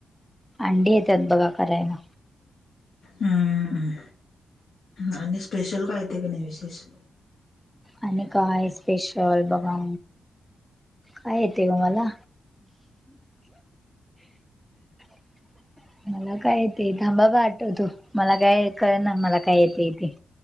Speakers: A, in the centre; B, on the left.
A: अंडी येतात बघा करायला.
B: हम्म आणि स्पेशल काय येतंय का नाही विशेष?
A: आणि काय स्पेशल बघा, काय येतंय गं मला? <unintelligible> मला काय येतंय थांबा बा आठवतो मला काय कळना मला काय येतय ते.